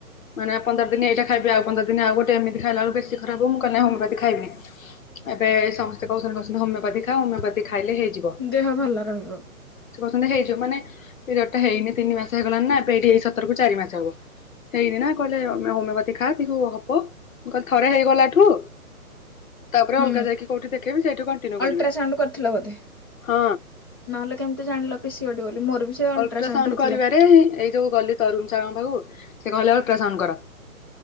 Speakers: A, on the left; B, on the left.
A: ମାନେ ପନ୍ଦର ଦିନ ଏଇଟା ଖାଇବି, ଆଉ ପନ୍ଦର ଦିନ ଆଉ ଗୋଟେ ଏମିତି ଖାଇଲା ବଳକୁ ବେଶୀ ଖରାପ ହବ ମୁଁ କହିଲି ନାଇ ହୋମି ଖାଇବିନି, ଏବେ ସମସ୍ତେ କହୁଛନ୍ତି କହୁଛନ୍ତି ହମିଓପାତି ଖା ହୋମିଓ ଖାଇଲେ ହେଇଯିବ।
B: ଦେହ ଭଲ ରହିବ
A: ସେ କହୁଛନ୍ତି ହେଇଯିବ ମାନେ ପିରିୟଡ ଟା ହେଇନି ତିନି ମାସ ହେଇଗଲାଣି ନା ଏଇଠି ଏଇ ସତରକୁ ଚାରି ମାସ ହବ। ହେଇନି ନା କହିଲେ ଆମେ ହୋମିଓପାଥି ଖାୁ ହବ କିଲ ଥରେ ହେଇଗଲାଠୁ ତାପରେ
B: ହୁଁ।
A: ଅଲଗା ଯାଇକ କୋଠି ଦେଖି ସେଠୁ କଂଟିନୁୱେ କରିବୁ।
B: ଅଲଟ୍ରାସାଉଣ୍ଡ କରିଥିଲ ବୋଧେ?
A: ହଁ
B: ନହେଲେ କେମିତି ଜାଣିଲ ପିସିଓଡି ବୋଲି ମୋର ବି ସେ
A: ଅଲଟ୍ରାସାଉଣ୍ଡ
B: ହେଇଥିଲା।
A: କରିବାରେ ଏଇ ଯ ଗଲି ତରୁଣ ସାରଙ୍କ ପାଖକୁ ସେ କହିଲେ ଅଲଟ୍ରାଶୋଉଣ୍ଡ କର।